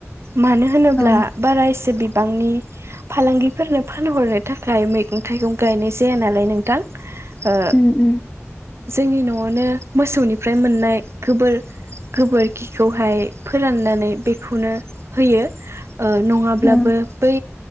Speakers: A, on the right; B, on the left.
A: मानो होनोब्ला
B: औ
A: बारा इसे बि बिफांनि फालांगिफोरनो फानहरनो थाखाय मैगं थाइगं गायनाय जाया नालाय नोंथां। ओ
B: उम उम।
A: जोंनि न'आवनो मोसौनिफ्राय मोननाय गोबोर गोबोरखिखौहाय फोराननानै बेखौनो होयो ओ नङाब्लाबो
B: औ
A: बै